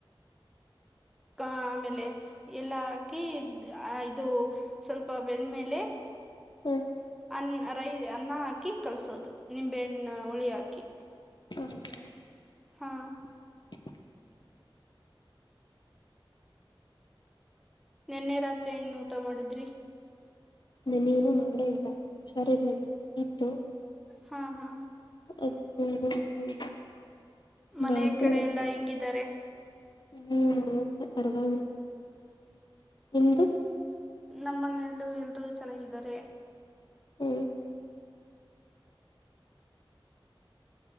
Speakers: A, in the centre; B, on the left (about 55°).
A: ಹಾ ಆಮೇಲೆ ಎಲ್ಲ ಹಾಕಿ ಇದು ಸ್ವಲ್ಪ ಬೇಂದ್ಮೇಲೆ ಮೇಲೆ
B: ಹಾ
A: ಅ ರೈಸ್ ಅನ್ನ ಹಾಕಿ ಕಲ್ಸೋದು ನಿಂಬೆಹಣ್ಣು ಉಳಿ ಹಾಕಿ
B: ಹ್ಮ ಹ
A: ಹಾ
B: <unintelligible>
A: ನಿನ್ನೆ ರಾತ್ರಿ ಇನ್ ಊಟ ಮಾಡಿದ್ರಿ
B: ನಾನೇನುೂ ಮಾಡೇ ಇಲ್ಲ ಸರಿ ಇತ್ತು
A: ಹಾ ಹಾ
B: <inaudible>
A: ಮನೆಯ
B: ಮಾಡ್ತೇವಂತೆ
A: ಕಡೆ ಎಲ್ಲಾ ಹಿಂಗಿದ್ದಾರೆ
B: ಹ್ಮ್ ಪರವಾಗಿಲ್ಲ ನಿಮ್ದು
A: ನಮ್ಮ ಮನೆಯಲ್ಲೂ ಎಲ್ರೂ ಚೆನ್ನಾಗಿದ್ದಾರೆ
B: ಹ್ಮ್